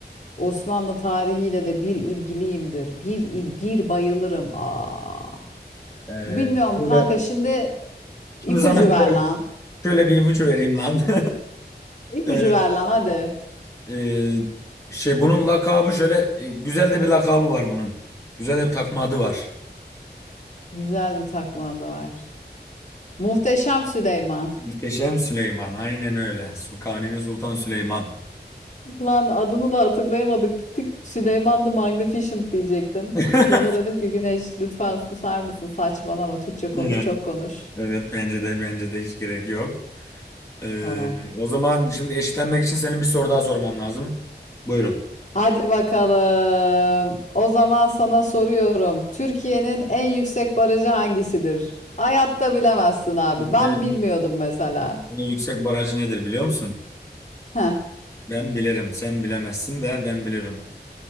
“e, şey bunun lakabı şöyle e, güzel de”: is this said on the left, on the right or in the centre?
Left